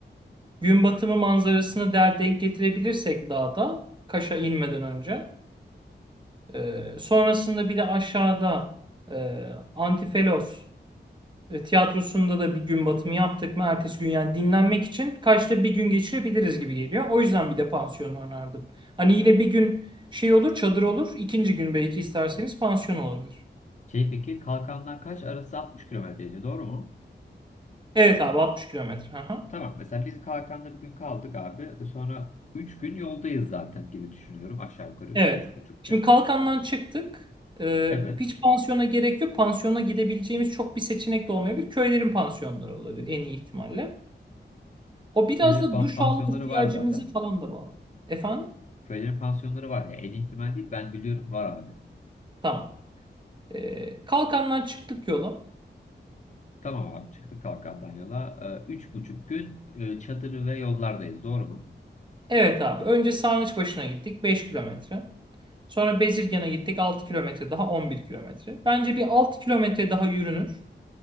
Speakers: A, on the right; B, on the left.
A: gün batımı manzarasını der denk getirebilirsek dağda, Kaş'a inmeden önce. Ee, sonrasında bir de aşağıda e, Antifelos E, tiyatrosunda da bir gün batımı yaptık mı ertesi gün yani dinlenmek için Kaş'ta bir gün geçirebiliriz gibi geliyor. O yüzden bir de pansiyon önerdim. Hani yine bir gün şey olur çadır olur ikinci gün belki isterseniz pansiyon olabilir.
B: Şey peki kalkandan kaç arası 60 kilometreydi doğru mu?
A: Evet abi 60 kilometre. Aha.
B: Tamam mesela biz kalkanda bir gün kaldık abi E, sonra 3 gün yoldayız zaten gibi düşünüyorum aşağı yukarı üç
A: Evet.
B: üç buçuk
A: Şimdi
B: gün.
A: Kalkan'dan çıktık. E,
B: Evet.
A: hiç pansiyona gerek yok. Pansiyona gidebileceğimiz çok bir seçenek de olmayabilir. Köylerin pansiyonları olabilir en iyi ihtimalle. O biraz
B: Böyle
A: da
B: pan-
A: duş
B: pansiyonları
A: alma ihtiyacımızı
B: var zaten.
A: falan da bağlı. Efendim?
B: Projenin pansiyonları var ya. En iyi ihtimal değil. Ben biliyorum var abi.
A: Tamam. E, Kalkan'dan çıktık yola.
B: Tamam abi çıktık kalkandan yola. Ee, Üç buçuk gün e, çadır ve yollardayız. Doğru mu?
A: Evet abi. Önce Sarnıç gittik 5 kilometre. Sonra Bezirgan'a gittik 6 kilometre daha 11 kilometre. Bence bir 6 kilometre daha yürünür.